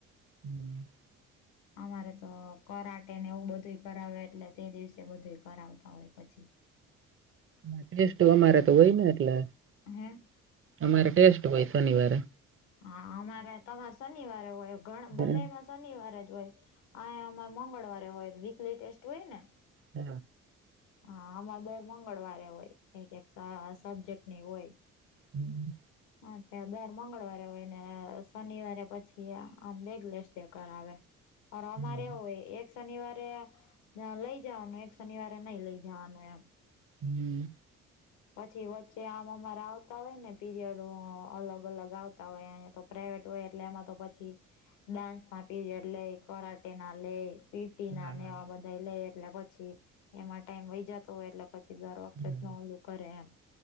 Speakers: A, on the right; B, on the left.
A: <unintelligible>
B: અમારે તો કરાટે ને એવું બધું કરાવે એટલે તે દિવસે બધું કરાવતા હવે પછી
A: હ ટેસ્ટ અમારે તો હોય ને એટલે
B: હે
A: અમારે ટેસ્ટ એ પહિ શનનીવારે
B: હા અમારે તમારે શનિવારે હોય ઘ
A: હમ.
B: બધા ના શનિવારે જ હોય આ અ મંગળવારે હોય વીકલી ટેસ્ટ હોય ને.
A: હ.
B: હા આમાં દર મંગળવારે હોય એક એક સબ્જેક્ટ ની હોય
A: હમ્મ
B: હા ત્યાં દર મંગળવારે હોય ને શનિવારે પછી આમ બેગલેસ દે કરઆવે અ અમારે
A: હા
B: હોય એક શનિવારે લઈ જવાનું એક શનિવારે નહી લઈ જવાનું એમ
A: હમ્મ
B: પછી વચ્ચે આમમાંરા આવતા હોય ને પીરિયડ અલગ અલગ આવતા હોય અયા તો પ્રઇવેટ હોય એટલે એમાં તો પછી ડાન્સમાં પીરયડ લે કરટેના લેય પી ટી
A: હા
B: ના ને
A: હા
B: આવા બધા લે એટલે પછી એમાં ટાઈમ વહી જતો હોય એટલે પછી દર વખતે
A: હમ
B: જ ન ઓલું કરે એમ